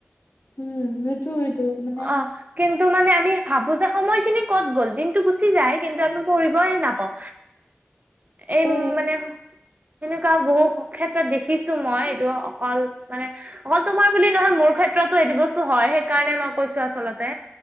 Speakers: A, on the left; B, on the right.
A: উম সেইটো সেইটো মানে
B: অ। কিন্তু মানে আমি ভাবো যে সময়খিনি ক'ত গ'ল, দিনটো গুচি যায় কিন্তু আমি পঢ়িবই নাপাওঁ। এই
A: অ
B: মানে সনেকুৱা বহু ক্ষেত্ৰত দেখিছো মই। টো অকল মানে অকল তোমাৰ বুলি নহয় মোৰ ক্ষেত্ৰতো এইটো বস্তু হয়, সেইকাৰণে মই কৈছো আচলতে